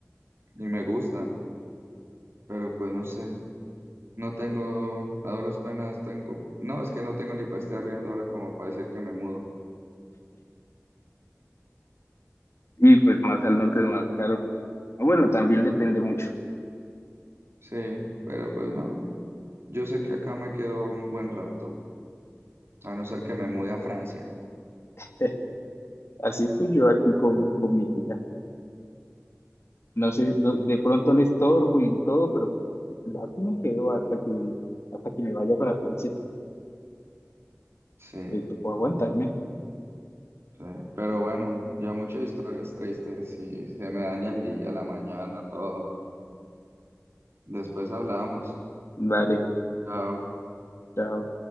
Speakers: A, on the right; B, on the left.
A: y me gusta, pero pues no sé. No tengo, a duras penas tengo, no, es que no tengo ni para estar riendo ahora como para decir que me mudo.
B: y pues más al norte es más caro. Ah, Bueno, también depende mucho.
A: Sí, pero pues no, yo sé que acá me quedo un buen rato, a no ser que me mude a Francia.
B: <laughs> Así estoy yo aquí con, con mi tía. No sé, no- de pronto le estorbo y todo, pero yo aquí me quedo hasta que, hasta que me vaya para Francia.
A: Sí,
B: Me tocó aguantarme.
A: sí, pero bueno, ya muchas historias tristes y se me daña el día, la mañana, todo. Después hablamos.
B: Vale,
A: Chao.
B: chao.